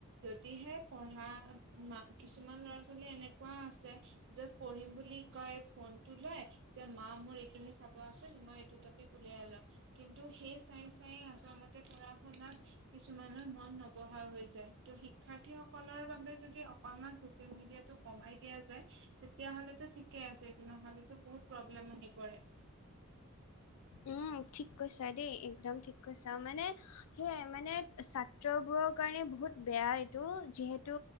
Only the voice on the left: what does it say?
উম ঠিক কৈছা দেই একদম ঠিক কৈছা মানে সেয়াই মানে ছাত্ৰ বোৰৰ কাৰণে বহুত বেয়া এইটো যিহেতু